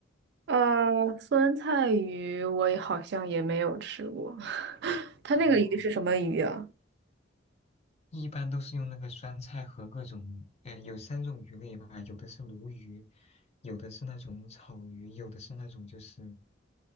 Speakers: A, on the right; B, on the left.
A: 呃，酸菜鱼我也好像也没有吃过，<laughs> 它那个鱼是什么鱼啊？
B: 哦，一般都是用那个酸菜和各种，呃，有三种鱼类吧，有的是鲈鱼，有的是那种草鱼，有的是那种就是